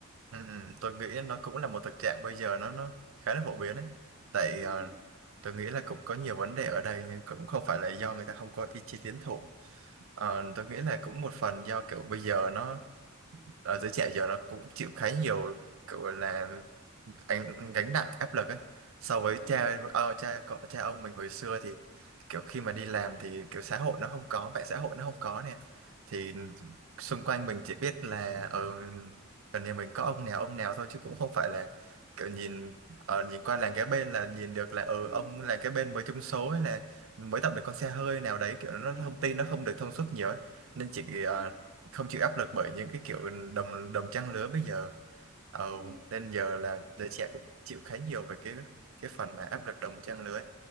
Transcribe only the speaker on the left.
ừ
ừ
ừ
ừ
ừ
ừ
ừ.